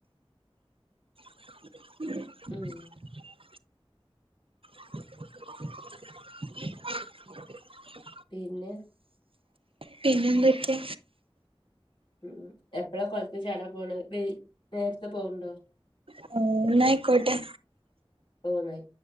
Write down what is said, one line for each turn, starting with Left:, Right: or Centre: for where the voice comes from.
Right: <inaudible>
Left: ഉം
Right: <inaudible>
Left: പിന്നെ?
Right: പിന്നെന്തൊക്കെ?
Left: മ്ഹ് എപ്പഴാ കൊളത്തിൽചാടാൻ പോണ വി നേരത്തെ പോണുണ്ടോ?
Right: മ്ഹ് ന്നായിക്കോട്ടെ.
Left: ഓഹ് ന്നായി